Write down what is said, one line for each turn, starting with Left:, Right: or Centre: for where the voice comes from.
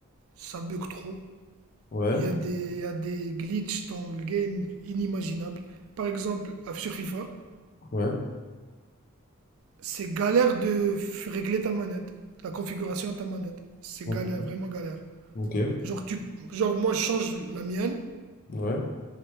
Right: Ça bug trop.
Left: Ouais,
Right: Il y a des, il y a des glitches dans le game inimaginables. Par exemple, sur FIFA,
Left: ouais,
Right: c'est galère de f- régler ta manette, la configuration de ta manette. C'est
Left: ok,
Right: galère, vraiment galère.
Left: ok,
Right: Genre, tu, genre moi, je change la mienne
Left: ouais.